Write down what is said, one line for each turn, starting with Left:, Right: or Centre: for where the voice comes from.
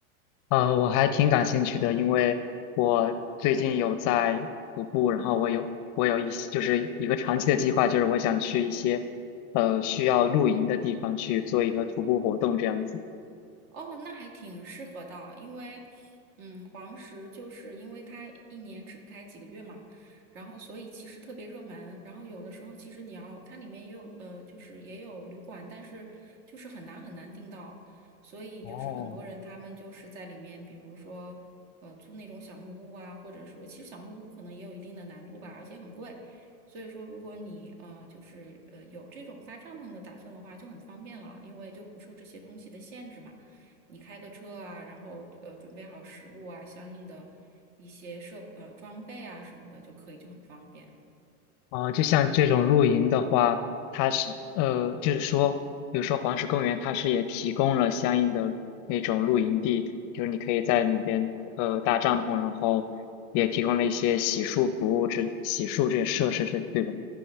Left: 呃，我还挺感兴趣的，因为我最近有在徒步，然后我有我有一些就是一个长期的计划，就是我想去一些呃需要露营的地方去做一个徒步活动这样子。
Right: 哦，那还挺适合的，因为，嗯，黄石就是因为它一年只开几个月嘛，然后所以其实特别热门，然后有的时候其实你要它里面也有呃，就是也有旅馆，但是就是很难很难订到，所以就是很多人他们就是在里面，
Left: 哦，
Right: 比如说呃租那种小木屋啊，或者是说其实小木屋可能也有一定的难度吧，而且很贵，所以说如果你呃就是呃有这种搭帐篷的打算的话，就很方便了，因为就不受这些东西的限制嘛。你开个车啊，然后呃准备好食物啊，相应的一些设呃装备啊什么的就可以，就很方便。
Left: 啊，就像这种露营的话，它是呃，就是说，比如说黄石公园，它是也提供了相应的那种露营地，就是你可以在里边呃搭帐篷，然后也提供了一些洗漱服务这洗漱这些设施，这对吧？